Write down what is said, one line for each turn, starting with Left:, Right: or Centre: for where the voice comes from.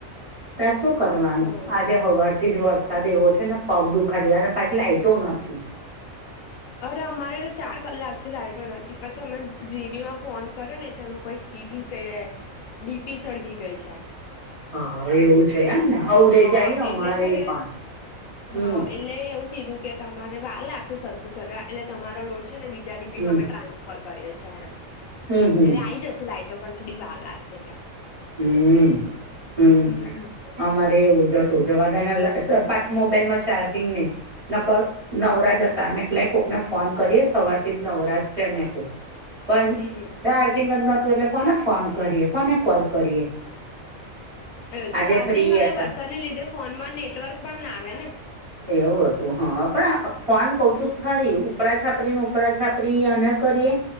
Right: તા શું કરવાનું
Left: હમ
Right: આજે હ હવાર થી જ વરસાદ એવો છે ને પગ દુખાડયા ને પાછી લાઈટો નથી.
Left: અરે અમારે તો ચાર કલાક થી લાઈટો નથી પછી અમે જીબી માં ફોન કર્યો ને તે લોકોએ કીધું કે ડીપી સળગી ગઈ છે.
Right: હા એવું છે એમને અવડે
Left: હા
Right: જ આયી અમારે
Left: એટલે છે
Right: એ
Left: ને
Right: પણ હમમ.
Left: હા એટલે એવું કીધું કે તમારે વાર લાગશે સરખું થતા એટલે તમારો લોડ છે ને બીજા ડીપી
Right: હમ
Left: માં અમે ટ્રાન્સ ટ્રાન્સફર કરીએ છે એમ
Right: હમ હમ
Left: એ આવી જશે લાઈટો પણ થોડી વાર લાગશે ક્યાં
Right: હમમ હમમ
Left: હમ
Right: અમારે એવું જ હતું જવાદે ને પાછ મોબાઈલ માં ચાર્જિંગ નય. નકળ નવરાજ હતા મે કુ લાય કોકને ફોન કરીએ સવારથી જ નવરાજ છે મેં કીધું. પણ
Left: હમ
Right: ચાર્જિંગ જ નોતું એટલે કોને ફોન કરીએ, કોને કોલ કરીએ.
Left: અ
Right: આજે
Left: ચાર્જિંગ
Right: ફ્રી
Left: અને
Right: હતા
Left: વરસાદની લીધે ફોનમાં નેટવર્ક પણ ના આવે ને.
Right: એવું હતું હા પણ અ ફોન કઉ છું તો ખરી ઉપરા છાપરી ને ઉપરા છાપરી અને ન કરીએ.